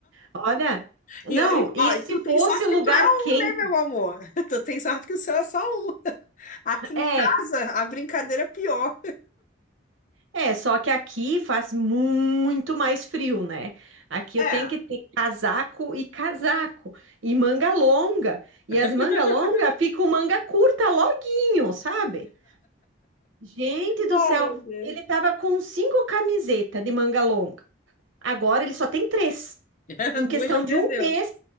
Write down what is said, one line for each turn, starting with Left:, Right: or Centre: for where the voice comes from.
Right: Olha, não,
Left: E, ó, e,
Right: e
Left: ó, e
Right: se
Left: tu tem
Right: fosse
Left: sorte
Right: lugar
Left: que tu é um,
Right: quente?
Left: né, meu amor? <laughs> Tu tem sorte que o seu é só um. Aqui em
Right: É,
Left: casa, a brincadeira é pior.
Right: é, só que aqui faz muito mais frio, né? Aqui
Left: É,
Right: eu tenho que ter casaco e casaco, e manga longa. E
Left: <laughs>
Right: as manga longa ficam manga curta loguinho, sabe? Gente do
Left: Ai,
Right: céu,
Left: meu Deus.
Right: ele tava com cinco camisetas de manga longa. Agora ele só tem três.
Left: <laughs>
Right: Em questão
Left: Duas já perdeu.
Right: de um mês,